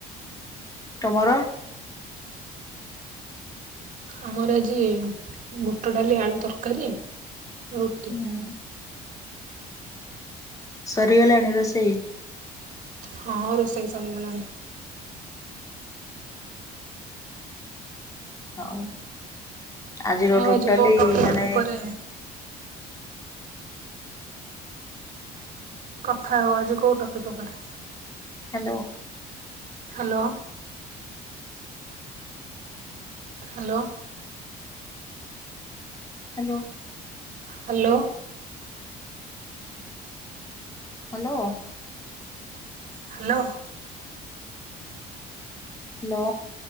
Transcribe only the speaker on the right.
ଆମର ଆଜି ବୁଟ ଡାଲି ଆଳୁ ତରକାରୀ ରୁଟି
ହଁ ରୋଷେଇ ସରି ଗଲାଣି।
ଆଉ
ଆଜି କୋଉ ଟପିକ
ଉପରେ କଥା ହବ ଆଜି କୋଉ ଟପିକ୍ ଉପରେ?
Hello. Hello.
Hello.
Hello.